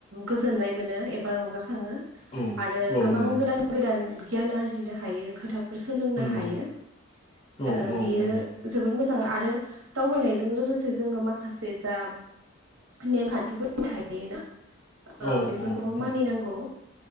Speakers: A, on the right; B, on the left.
A: गोजोननाय मोनो एबा रंजाख खाङो
B: औ
A: आरो गोबां
B: नंगौ
A: गोदान गोदान गियान आरजिनो हायो खोथा फोर सोलोंनो
B: नंगौ
A: हायो
B: औ
A: ओ
B: औ
A: बियो
B: नंगौ
A: जोबोद मोजां आरो दावबायनायजों लोगोसे जोङो माखासे जा नेमखान्थिफोर थायो ना ओ
B: औ
A: बेफोरखौबो
B: औ नंगौ
A: मानिनांगौ